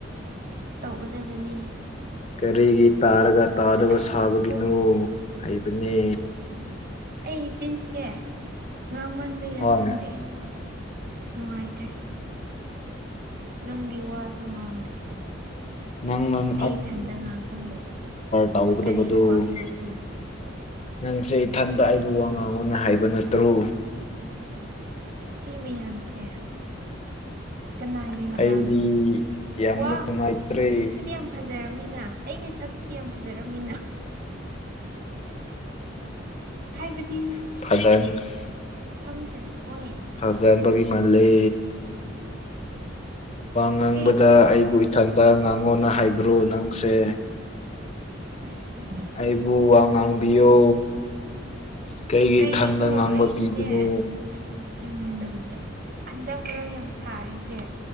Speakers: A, on the right; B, on the left.
A: ꯇꯧꯒꯗꯕꯅꯤ
B: ꯀꯔꯤꯒꯤ ꯇꯥꯔꯒ ꯇꯥꯗꯕ
A: ꯑꯁ
B: ꯁꯥꯕꯒꯤꯅꯣ ꯍꯩꯕꯅꯦ
A: ꯑꯩ ꯆꯤꯟꯁꯦ ꯉꯥꯡꯃꯟꯕꯩꯔꯥ
B: ꯍꯣꯏ
A: ꯈꯪꯗꯦ ꯅꯨꯡꯉꯥꯏꯇ꯭ꯔꯦ ꯅꯪꯗꯤ ꯋꯥꯁꯨ ꯉꯥꯡꯗꯦ
B: ꯅꯪꯅꯪ
A: ꯑꯩ ꯏꯊꯟꯇ ꯉꯥꯡꯍꯜꯂꯦꯕ
B: ꯇꯧꯒꯗꯕꯗꯨ
A: ꯀꯔꯤ ꯊꯣꯛꯑꯒꯦꯕ ꯁꯤ
B: ꯅꯪꯁꯦ ꯏꯊꯟꯗ ꯑꯩꯕꯨ ꯋꯥ ꯉꯥꯡꯉꯣꯅ ꯍꯥꯏꯕ ꯅꯠꯇ꯭ꯔꯣ
A: ꯁꯤ ꯃꯌꯥꯝꯁꯦ ꯀꯅꯥꯒꯤ ꯃꯔꯥꯜꯅꯣ
B: ꯑꯩꯗꯤ ꯌꯥꯝꯅ
A: ꯋꯥ
B: ꯅꯨꯡꯉꯥꯏꯇ꯭ꯔꯦ
A: ꯁꯤꯗꯤ ꯌꯥꯝ ꯐꯖꯔꯝꯃꯤꯅ ꯑꯩꯒꯤ ꯁꯛꯁꯤꯗꯤ ꯌꯥꯝ ꯐꯖꯔꯝꯃꯤꯅ ꯍꯥꯏꯕꯗꯤ
B: <unintelligible>
A: ꯀꯝ ꯇꯨꯗꯥ ꯄꯣꯏꯟ
B: <unintelligible> ꯃꯥꯥꯜꯂꯦ ꯉꯥꯡꯕꯗ
A: ꯁꯦꯡꯉꯕꯣ
B: ꯑꯩꯕꯨ ꯏꯊꯟꯇ ꯉꯥꯡꯉꯣꯅ ꯍꯥꯏꯕ꯭ꯔꯣ ꯅꯪꯁꯦ
A: <unintelligible> <unintelligible>
B: ꯑꯩꯕꯨ ꯋꯥ ꯉꯥꯡꯕꯤꯌꯣ ꯀꯩꯒꯤ
A: ꯀꯩꯒꯤꯅꯣ
B: ꯏꯊꯟꯗ ꯉꯥꯡꯕ
A: ꯑꯩꯅꯅꯦ
B: ꯄꯤꯕꯅꯣ
A: ꯎꯝ ꯍꯟꯗꯛ ꯃꯔꯛ ꯌꯥꯝ ꯁꯥꯔꯤꯁꯦ